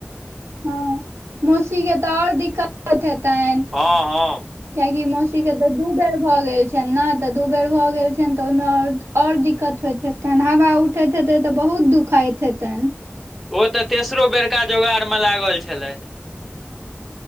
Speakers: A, on the right; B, in the centre.
A: हँ मौसी के तऽ आओर दिक्कतत हतेन
B: हँ हँ
A: कियाकि मौसीके तऽ दू बेर भऽ गेल छनि ने तऽ दू बेर भऽ गेल छनि तऽ ओहिमे आओर आओर दिक्कत होइत हतेन हवा उठैत हेते तऽ बहुत दुखाइत हेतनि
B: ओ तऽ तेसरो बेरका जोगाड़ मऽ लागल छलथि